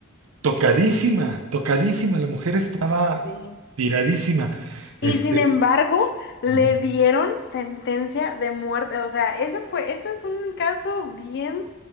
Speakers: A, on the right; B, on the left.
A: tocadísima, tocadísima, la mujer estaba
B: sí.
A: tiradísima. Este,
B: Y sin embargo, le
A: ujú,
B: dieron sentencia de muerte. O sea, ese fue, ese es un caso bien